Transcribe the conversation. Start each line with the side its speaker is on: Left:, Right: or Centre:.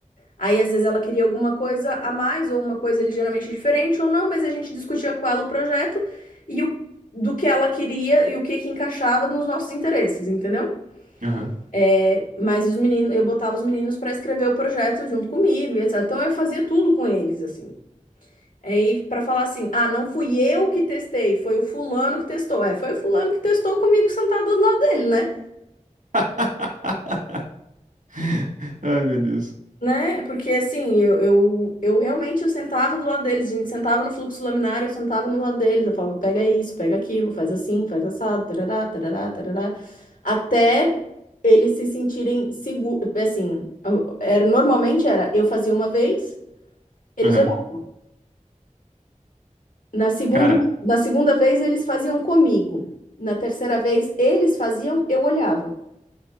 Left: Aí, às vezes, ela queria alguma coisa a mais, ou uma coisa ligeiramente diferente, ou não, mas a gente discutia com ela o projeto e o, do que ela queria e o que que encaixava nos nossos interesses, entendeu?
Right: Aham.
Left: É, mas os meninos, eu botava os meninos para escrever o projeto junto comigo e etc. Então, eu fazia tudo com eles, assim. Aí, para falar assim, ah, não fui eu que testei, foi o fulano que testou. É, foi o fulano que testou comigo sentado do lado dele, né?
Right: <laughs> <laughs> Ai, meu Deus.
Left: Né? Porque assim, eu, eu, eu realmente eu sentava do lado deles, a gente sentava no fluxo laminar, eu sentava no lado deles, eu falava, pega isso, pega aquilo, faz assim, faz assado, tarará, tarará, tarará, até eles se sentirem seguros, assim, era, normalmente era, eu fazia uma vez, eles
Right: Aham.
Left: olhavam, na segunda,
Right: Cara,
Left: na segunda vez eles faziam comigo, na terceira vez eles faziam, eu olhava,